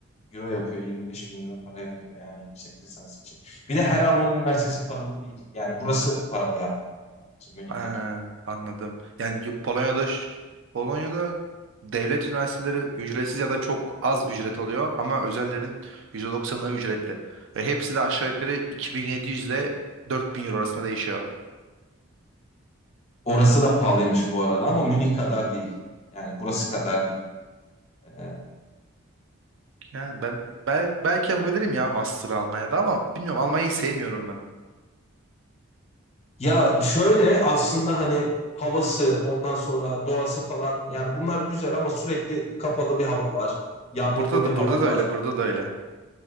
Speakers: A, on the left; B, on the right.
A: Euro yapıyor. 25 bin euro para yapıyor yani yüksek lisans için. Bir de her Alman üniversitesi paralı değil. Yani burası paralı yaptı. sadece, Münih
B: Aa,
A: tek.
B: anladım. Yani yu- Polonya'da ş- Polonya'da devlet üniversiteleri ücretsiz ya da çok az ücret oluyor ama özellerin yüzde doksanı ücretli. Ve hepsi de aşağı yukarı 2700 ile 4000 euro arasında değişiyor.
A: Orası da pahalıymış bu arada ama Münih kadar değil. Yani burası kadar değil. Ee,
B: Yani ben bel belki yapabilirim ya master Almanya'da ama bilmiyorum Almanya'yı sevmiyorum ben.
A: ya şöyle aslında hani havası ondan sonra doğası falan yani bunlar güzel ama sürekli kapalı bir hava var. Yağmurlu
B: Burada da
A: bir hava
B: burada da
A: var.
B: öyle, burada da öyle.